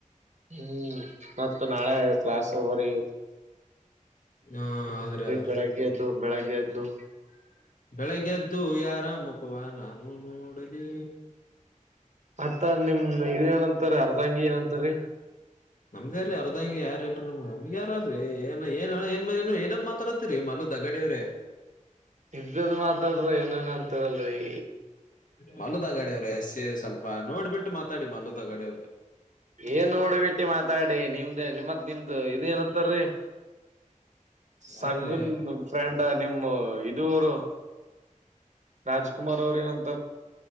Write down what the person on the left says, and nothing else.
ಹಾ ಆದ್ರಿ ಆದ್ರಿ
<unintelligible>
ಬೆಳಿಗ್ಗೆ ಎದ್ದು ಯಾರ ಮು ಖವ ನಾನು ನೋಡಲಿ <unintelligible>
ನಮ್ದೇ ಅರ್ ಅರ್ಧಂಗಿ ಯಾರಿಲ್ರಿ ನಮಗ ನಮಗ ಯಾರ್ ಆರ್ರೀ ಏನ್ ಏನ್ ಏನ್ ಏನೇನ್ ಮಾತಾಡ್ತತಿರಿ ಮಲ್ಲ ದಗಡವ್ರೆ
ಮಾಲುದ ಗಾಡಿ ಅವ್ರೆ ಎಸಿ ಸ್ವಲ್ಪ ನೋಡ್ಬಿಟ್ಟು ಮಾತಾಡಿ ಮಾಲುದ್. ತಗಡವ್ರೆ
ಯಾರ್ರೀ